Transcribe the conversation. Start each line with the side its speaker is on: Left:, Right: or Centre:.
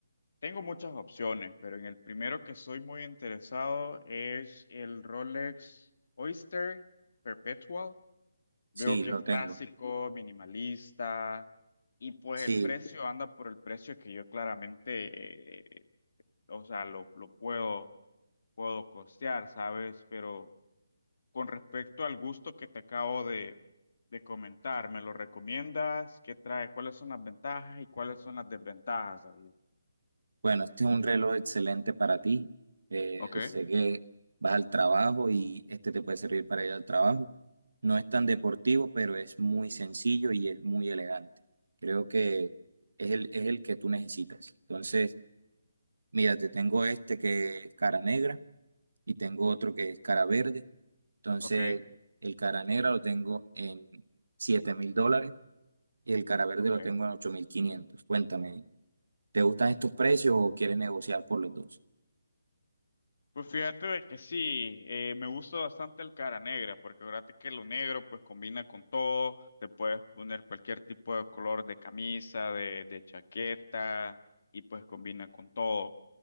Left: Tengo muchas opciones, pero en el primero que estoy muy interesado es el Rolex Oyster Perpetual. Veo
Right: sí,
Left: que
Right: lo
Left: es
Right: tengo.
Left: clásico, minimalista, y pues
Right: Sí,
Left: el precio anda por el precio que yo claramente, eh, o sea, lo, lo puedo, puedo costear, ¿sabes? Pero con respecto al gusto que te acabo de, de comentar, ¿me lo recomiendas? ¿Qué trae? ¿Cuáles son las ventajas y cuáles son las desventajas, David?
Right: bueno, este es un reloj excelente para ti. Eh,
Left: Ok, Eh,
Right: sé que vas al trabajo y este te puede servir para ir al trabajo. No es tan deportivo, pero es muy sencillo y es muy elegante. Creo que es el, es el que tú necesitas. Entonces... Mira, te tengo este que es cara negra y tengo otro que es cara verde. Entonces,
Left: ok,
Right: el cara negra lo tengo en siete mil dólares y el cara verde
Left: ok.
Right: lo tengo en ocho mil quinientos. Cuéntame, ¿te gustan estos precios o quieres negociar por los dos?
Left: Pues fíjate de que sí, eh, me gusta bastante el cara negra, porque fíjate que lo negro pues combina con todo, te puedes poner cualquier tipo de color de camisa, de, de chaqueta, y pues combina con todo.